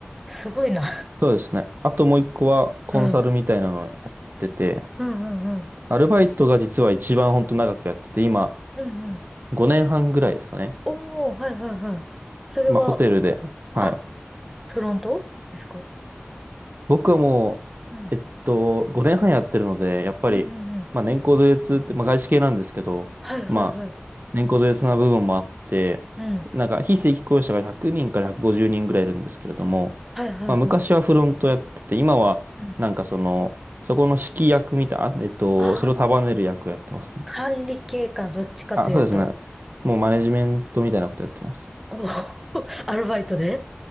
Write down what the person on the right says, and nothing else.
そうですね。あともう一個は、コンサルみたいなのをやってて、
アルバイトが実は一番本当長くやってて、今、
5年半ぐらいですかね。
まあ、ホテルで、はい、
僕はもう、
えっと、5年半やってるので、やっぱり、
まあ年功序列って、まあ外資系なんですけど、
まあ、年功序列な部分もあって、
なんか非正規雇用者が100人から150人ぐらいいるんですけれども、
まあ昔はフロントやってて、今はなんかその、
そこの指揮役みたいな、あえっと、
それを束ねる役をやってますね。
あ、そうですね。もうマネジメントみたいなことやってます。